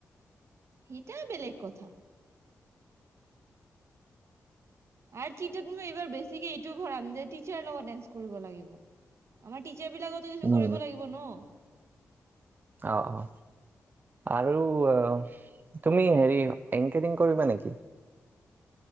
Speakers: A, on the right; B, on the right.
A: সেইটা বেলেগ কথা। আৰু <unintelligible> এইবাৰ বেছিকে <unintelligible> টিচাৰ লগত ডান্স কৰিব লাগিব, আমাৰ টি <unintelligible>
B: উম
A: কৰিব লাগিব ন?
B: অ', অ', আৰু আ, তুমি হেৰি এনকৰিং কৰিবা নেকি?